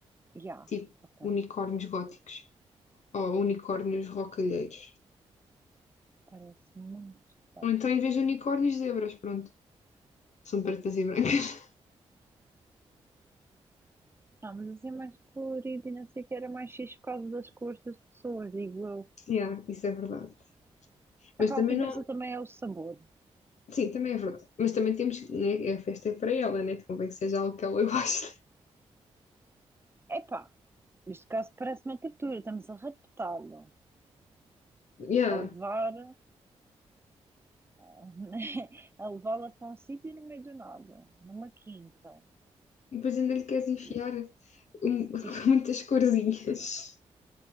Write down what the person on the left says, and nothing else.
tipo
unicórnios góticos ou
unicórnios rocalheiros.
Ou então, em vez de unicórnios, zebras, pronto, são pretas e brancas.
Yeah, isso é verdade. Mas
também
não.
Sim, também é verdade. Mas também temos. Né, a festa é para ela, né? Convém que seja algo que ela <laughs> goste.
Yeah.
E depois ainda lhe queres enfiar
um- <laughs>
muitas corzinhas.